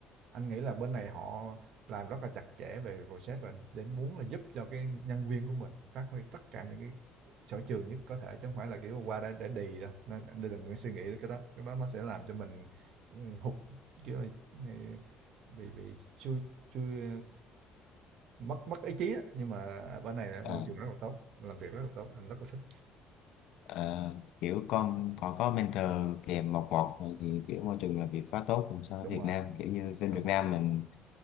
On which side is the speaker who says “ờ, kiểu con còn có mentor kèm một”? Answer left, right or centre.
Left